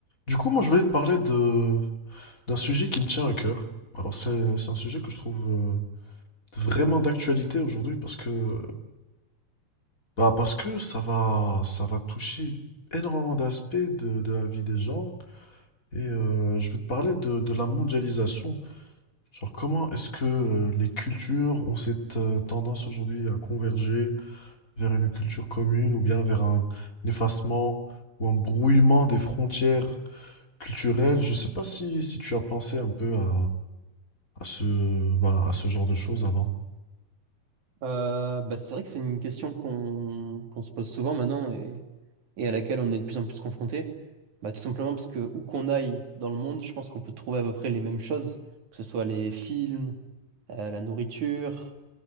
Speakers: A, on the left; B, on the right.
A: Du coup, moi, je voulais te parler de d'un sujet qui me tient à cœur. Alors, c'est c'est un sujet que je trouve euh, vraiment d'actualité aujourd'hui parce que bah, parce que ça va ça va toucher énormément d'aspects de, de la vie des gens et euh, je vais te parler de, de la mondialisation. Genre, comment est-ce que euh, les cultures ont cette euh, tendance aujourd'hui à converger vers une culture commune ou bien vers un effacement ou un brouillement des frontières culturelles? Je sais pas si si tu as pensé un peu à à ce, bah, à ce genre de choses avant.
B: Euh, bah, c'est vrai que c'est une question qu'on qu'on se pose souvent maintenant et, et à laquelle on est de plus en plus confronté. Bah, tout simplement parce que où qu'on aille dans le monde, je pense qu'on peut trouver à peu près les mêmes choses, que ce soit les films, euh, la nourriture,